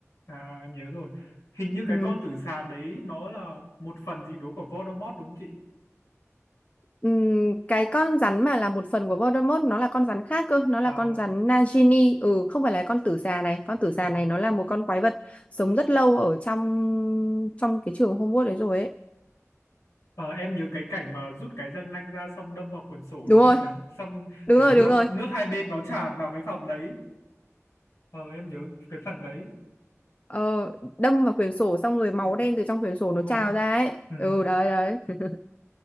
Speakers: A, on the left (about 75°); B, on the left (about 25°).
A: à, em nhớ rồi hình như cái
B: ừ.
A: con tử xà đấy nó là một phần gì đó của Voldemort đúng không chị
B: Ừm, cái con rắn mà là một phần của Voldemort nó là con rắn khác cơ nó là
A: à,
B: con rắn Nagini ừ không phải là con tử xà này con tử
A: ừ.
B: xà này nó là một con quái vật sống rất lâu ở trong trong cái trường Hogwarts đấy rồi ấy
A: Ờ, em nhớ cái cảnh mà rút cái răng nanh ra xong đâm vào quyển sổ
B: đúng
A: đúng
B: rồi
A: không nhỉ? Xong
B: đúng
A: kiểu
B: rồi
A: nước
B: đúng rồi
A: nước hai bên nó tràn vào cái phòng đấy. Ờ, em nhớ cái phần đấy.
B: Ờ, đâm vào quyển sổ xong rồi máu
A: Ừ,
B: đen từ trong quyển sổ
A: đúng
B: nó trào
A: rồi.
B: ra ấy.
A: Ừ.
B: Ừ đấy đấy.